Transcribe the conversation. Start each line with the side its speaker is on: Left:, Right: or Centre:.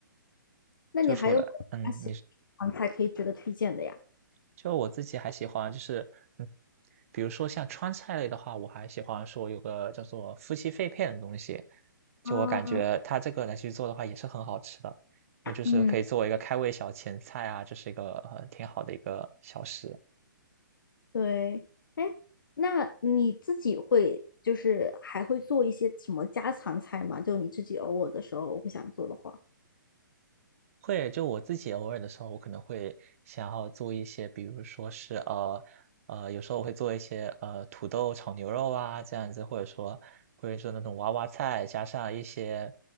Left: 那你还有没有其他喜欢的川菜可以值得推荐的呀？
Right: 就除了嗯，你就我自己还喜欢就是，嗯，比如说像川菜类的话，我还喜欢说有个叫做夫妻肺片的东西，就我感觉它这个来去做的话也是很好吃的，
Left: 啊，
Right: 那就是可以作为一个开胃小前菜啊，
Left: 嗯，
Right: 就是一个，呃挺好的一个小食。
Left: 对，哎，那你自己会就是还会做一些什么家常菜吗？就你自己偶尔的时候会想做的话。
Right: 会，就我自己偶尔的时候，我可能会想要做一些，比如说是呃呃，有时候我会做一些呃土豆炒牛肉啊这样子，或者说或者说那种娃娃菜，加上一些